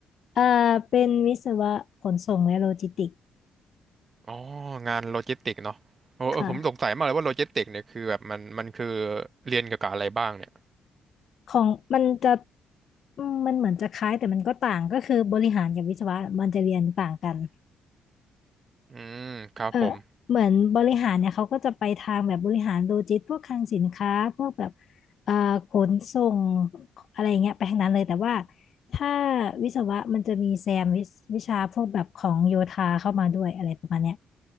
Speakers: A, on the left; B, on the right.
A: เอ่อเป็นวิศวะขนส่งและโลจิสติกส์
B: อ๋องานโลจิสติกเนาะโอ้เออผมสงสัยมากเลยว่าโลจิสติกเนี่ยคือแบบมันมันคือ
A: ค่ะ
B: เรียนเกี่ยวกับอะไรบ้างเนี่ย
A: ของมันจะอืมมันเหมือนจะคล้ายแต่มันก็ต่างก็คือบริหารกับวิศวะมันจะเรียนต่างกัน
B: อืมครับผม
A: เออเหมือนบริหารเนี่ยเขาก็จะไปทางแบบบริหารโลจิสติกส์พวกคลังสินค้าพวกแบบเอ่อขนส่งอะไรเงี้ยไปทางนั้นเลยแต่ว่าถ้าวิศวะมันจะมีแซมวิชวิชาพวกแบบของโยธาเข้ามาด้วยอะไรประมาณเนี้ย